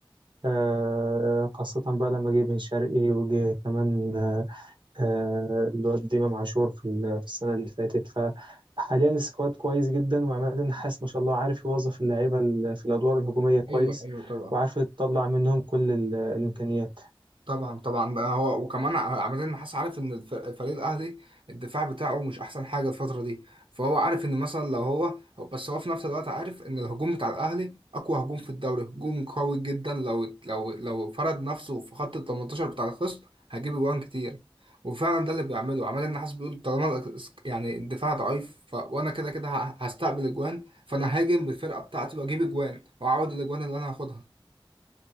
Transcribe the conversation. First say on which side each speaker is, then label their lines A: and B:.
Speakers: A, on the right (about 60°); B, on the right (about 75°).
A: آه، خاصة بقى لما جه بن شرقي وجه كمان آه، الواد إمام عاشور في ال- في السنة اللي فاتت فحاليا السكواد كويس جدا وعماد النحاس ما شاء الله عارف يوظف اللعيبة ال- في الأدوار الهجومية كويس
B: ايوه ايوه طبعا
A: وعارف يطلع منهم كل ال- الإمكانيات
B: طبعا طبعا ده هو وكمان عامة النحاس عارف ان الف- الفريق الاهلي الدفاع بتاعه مش احسن حاجه الفتره دي فهو عارف ان مثلا لو هو هو- بس هو في نفس الوقت عارف ان الهجوم بتاع الاهلي اقوى هجوم في الدوري هجوم قوي جدا لو لو لو فرض نفسه في خط ال 18 بتاع الخصم هيجيب اجوان كتير وفعلا ده اللي بيعمله عماد النحاس بيقول طالما الأس- يعني الدفاع ضعيف ف... وانا كده كده ه- هستقبل اجوان فانا هاجم بالفرقه بتاعتي واجيب اجوان واعوض الاجوان اللي انا هاخدها